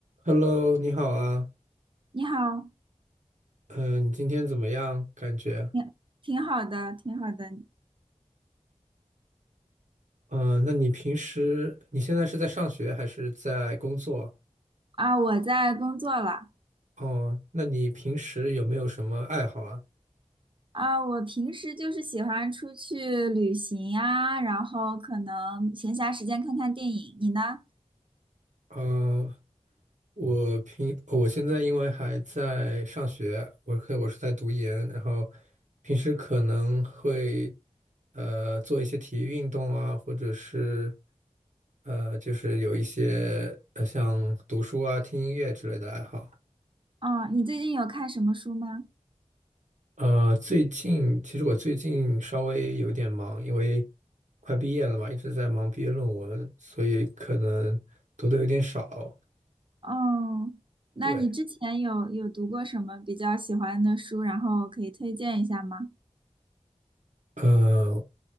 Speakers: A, on the right; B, on the right.
A: Hello，你好啊，
B: 你好，
A: 嗯、你今天怎么样？感觉，
B: 挺挺好的，挺好的
A: 嗯、那你平时你现在是在上学还是在工作？
B: 啊！我在工作了
A: 哦，那你平时有没有什么爱好啊？
B: 啊，我平时就是喜欢出去旅行呀，然后可能闲暇时间看看电影。你呢？
A: 嗯、我平我现在因为还在上学，我可我是在读研，然后平时可能会呃做一些体育运动啊，或者是呃就是有一些呃像读书啊、听音乐之类的爱好。
B: 哦，你最近有看什么书吗？
A: 呃，最近其实我最近稍微有点忙，因为快毕业了嘛，一直在忙毕业论文，所以可能读的有点少。
B: 哦，那你之前有有读过什么比较喜欢的书，
A: 对，
B: 然后可以推荐一下吗？
A: 呃，